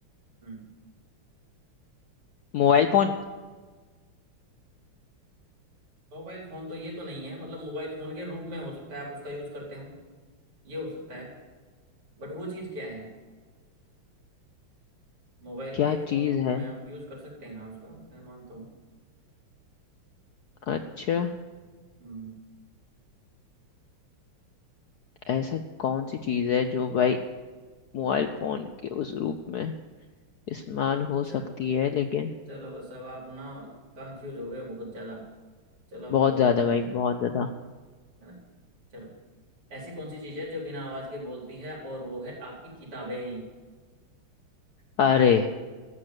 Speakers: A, on the right; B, on the left.
A: हम्म
B: Mobile phone
A: Mobile phone तो ये तो नहीं है मतलब मोबाइल फोन के रूप में हो सकता है आप उसका यूज करते हो ये हो सकता है बट वो चीज क्या है मोबाइल
B: क्या
A: के फोन
B: चीज
A: रूप
B: है
A: में आप यूज कर सकते हैं हाँ उसका मैं मानता हूँ
B: अच्छा
A: हम्म
B: ऐसा कौन सी चीज है जो भाई मोबाइल फोन के उस रूप में इस्तेमाल हो
A: चलो
B: सकती है लेकिन
A: चलो बस अब आप ना कंफ्यूज हो गए बहुत ज्यादा चलो अब
B: बहुत
A: मैं बताता
B: ज्यादा
A: हूँ
B: भाई बहुत ज्यादा
A: है ना चलो ऐसी कौन सी चीज़ है जो बिना आवाज़ के बोलती है और वो है आपकी किताबें
B: अरे